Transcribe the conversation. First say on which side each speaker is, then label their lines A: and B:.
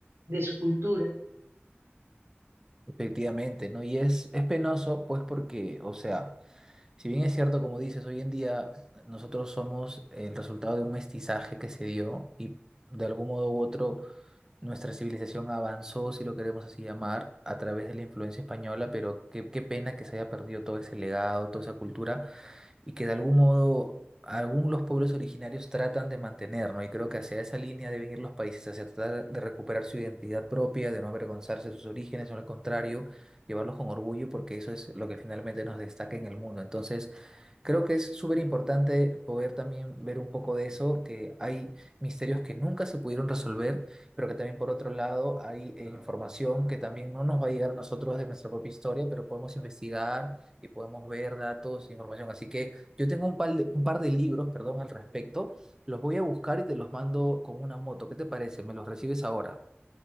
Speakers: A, on the right; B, on the right.
A: de su cultura.
B: Efectivamente, ¿no? Y es, es penoso, pues porque, o sea, si bien es cierto, como dices, hoy en día nosotros somos el resultado de un mestizaje que se dio y de algún modo u otro Nuestra civilización avanzó, si lo queremos así llamar, a través de la influencia española, pero qué, qué pena que se haya perdido todo ese legado, toda esa cultura, y que de algún modo algunos los pueblos originarios tratan de mantener, ¿no? Y creo que hacia esa línea deben ir los países, hacia tratar de recuperar su identidad propia, de no avergonzarse de sus orígenes, o al contrario, llevarlos con orgullo, porque eso es lo que finalmente nos destaca en el mundo. Entonces, Creo que es súper importante poder también ver un poco de eso, que hay misterios que nunca se pudieron resolver, pero que también por otro lado hay eh, información que también no nos va a llegar a nosotros de nuestra propia historia, pero podemos investigar y podemos ver datos, e información. Así que yo tengo un par de, un par de libros, perdón, al respecto. Los voy a buscar y te los mando con una moto. ¿Qué te parece? ¿Me los recibes ahora?